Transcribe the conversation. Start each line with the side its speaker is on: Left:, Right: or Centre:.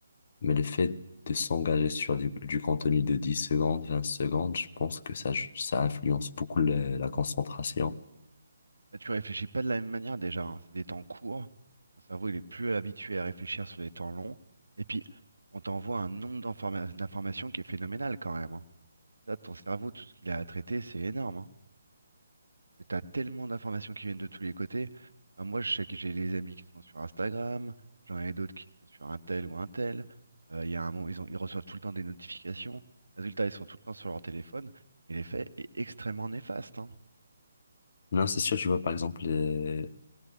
Left: Mais le fait de s'engager sur du, du contenu de 10 secondes, 20 secondes, je pense que ça, ça influence beaucoup le- la concentration.
Right: Bah, tu réfléchis pas de la même manière déjà. hein. C'est des temps courts. Ton cerveau, il est plus habitué à réfléchir sur des temps longs. Et puis, on t'envoie un nombre d'informa- d'informations qui est phénoménal quand même. hein. Là, ton cerveau, tout ce qu'il a à traiter, c'est énorme. Hein. Tu as tellement d'informations qui viennent de tous les côtés. Enfin, moi, je sais que j'ai des amis qui sont sur Instagram, j'en ai d'autres qui sont sur un tel ou un tel. Euh, il y a un moment, ils ont, ils reçoivent tout le temps des notifications. Résultat, ils sont tout le temps sur leur téléphone. Et l'effet est extrêmement néfaste. Hein.
Left: Non, c'est sûr, tu vois, par exemple, euh,